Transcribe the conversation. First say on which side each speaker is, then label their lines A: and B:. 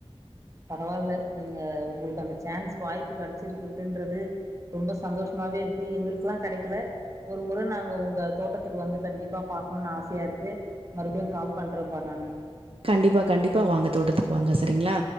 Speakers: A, on the right (about 30°); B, on the right (about 60°).
A: பரவால்ல நீங்க உங்களுக்கு அந்த சான்ஸ் வாய்ப்பு கெடைச்சிருக்குதுன்றது ரொம்ப சந்தோஷமா மாவே இருக்கு எங்களுக்குல்லா கெடைக்கல ஒரு முறை நாங்க உங்க தோட்டத்துக்கு வந்து கண்டிப்பா பாக்கணும்னு ஆசையா இருக்கு கு மறுபடியு கால் பண்றம்பா நானு
B: கண்டிப்பா கண்டிப்பா வாங்க தோட்டத்துக்கு வாங்க சரிங்களா